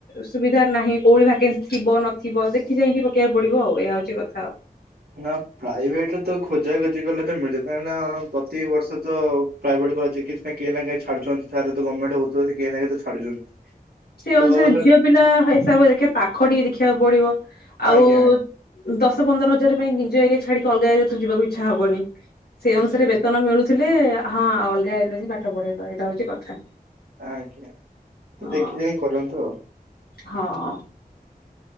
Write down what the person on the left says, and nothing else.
ସୁବିଧା ନାହିଁ କୋଉଠି ଭାକେନ୍ସି ଥିବ ନଥିବ ଦେଖି ଯାଇକି ପକେଇକୁ ପଡିବ ଆଉ ଏହା ହଉଛି କଥା ଆଉ।
ସେଇ
ଅନୁସାରେ
ଝିଅ ପିଲା ହିସାବରେ ଦେଖିବ ପାଖ ଟିକେ ଦେଖିବାକୁ ପଡିବ ଆଉ
ଦଶ ପନ୍ଦର ହଜାର ପାଇଁ ନିଜ ଏରିଆ ଛାଡିକି ଅଲଗା ଏରିଆ ତ ଯିବାକୁ ଇଛା ହବନି। ସେଇ ଅନୁସାରେ
ବେତନ
ମିଳୁଥିଲେ ହଁ ଅଲଗା ହେଇ ପାଠ ପଢେଇଲା ଏଇଟା ହଉଛି କଥା।
ହଁ
ହଁ।